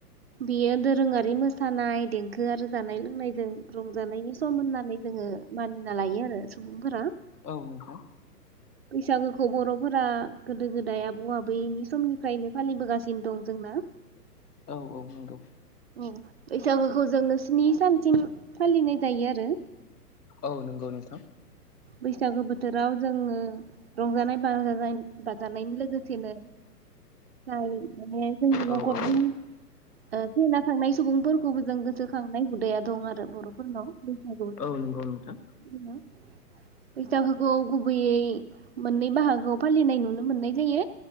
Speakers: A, on the right (about 40°); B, on the left (about 70°).
A: बेयो दोरोंङारि मोसानाय देंखो आरो जानाय लोंनायजों रंजानायनि सम होननानै जोंङो मानिना लायो आरो सुबुंफोरा
B: औ नोंथां
A: बैसागोखौ बर'फोरा गोदो गोदाय आबौ आबैनि समनिफ्रायनो फालिबोगासिनो दं जोंना।
B: औ औ नोंगौ
A: औ बैसागोखौ जोंङो स्नि सानसिम फालिनाय जायो आरो
B: औ नंगौ नोंथां
A: बैसागो बोथोराव जोंङो रंजानाय बाजानाय बा जानायनि लोगोसेनो जाय माने जोंनि
B: औ
A: न'खरनि
B: औ
A: ओ थैना थांनाय सुबुंफोरखौबो जों गोसोखांनाय हुदाया दं आरो बर'फोरनाव बैसागु खोना
B: औ नंगौ नोंथां
A: बैसागुखौ गुबैयै मोननै बाहागोआव फालिनाय नुनो मोननाय जायो।